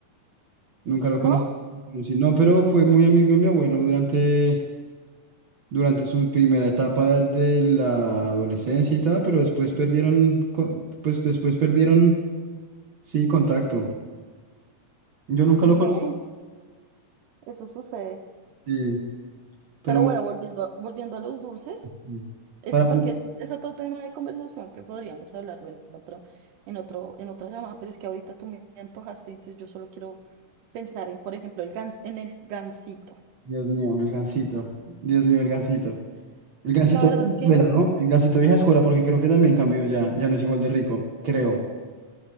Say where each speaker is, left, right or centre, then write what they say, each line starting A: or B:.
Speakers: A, on the right; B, on the right.
A: nunca lo
B: ¿No?
A: conocí. conocí. No, pero fue muy amigo de mi abuelo durante durante su primera etapa de la adolescencia y tal, pero después perdieron, co- pues después perdieron, sí, contacto. Yo nunca
B: Bueno,
A: lo conocí,
B: eso sucede.
A: sí, pero
B: Pero
A: bueno,
B: bueno, volviendo, volviendo a los dulces.
A: sí.
B: Esto
A: para
B: porque
A: mí,
B: es, es otro tema de conversación que podríamos hablarlo en otro, en otro, en otra llamada, pero es que ahorita tú me antojaste, entonces yo solo quiero pensar en, por ejemplo, el gans, en el gansito.
A: Dios mío, el Gansito, Dios mío, el Gansito. El Gansito
B: La verdad
A: vieja
B: es
A: escuela,
B: que
A: ¿no? El Gansito vieja escuela, porque creo que también cambió ya, ya no es igual de rico, creo.